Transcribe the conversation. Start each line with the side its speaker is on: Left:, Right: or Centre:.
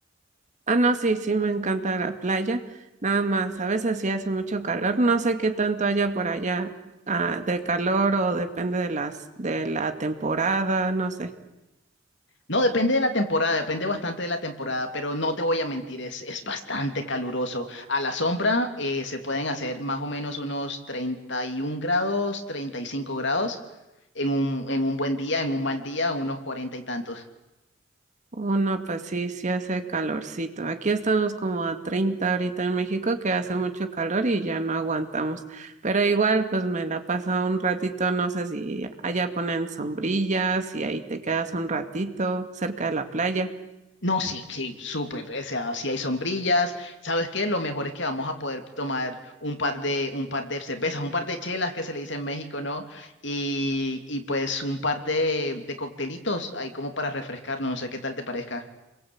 Right: Ah, no, sí, sí, me encanta la playa. Nada más, a veces sí hace mucho calor. No sé qué tanto haya por allá, ah, de calor o depende de las, de la temporada, no sé.
Left: No, depende de la temporada, depende bastante de la temporada, pero no te voy a mentir, es, es bastante caluroso. A la sombra eh, se pueden hacer más o menos unos 31 grados, 35 grados en un, en un buen día, en un mal día, unos cuarenta y tantos.
Right: Oh, no, pues sí, sí hace calorcito. Aquí estamos como a 30 ahorita en México, que hace mucho calor y ya no aguantamos. Pero igual, pues me la paso un ratito, no sé si allá ponen sombrillas y ahí te quedas un ratito cerca de la playa.
Left: No, sí, sí, súper. O sea, si hay sombrillas, ¿sabes qué? Lo mejor es que vamos a poder tomar un par de, un par de cervezas, un par de chelas que se le dice en México, ¿no? Y, y pues un par de, de coctelitos ahí como para refrescarnos, no sé qué tal te parezca.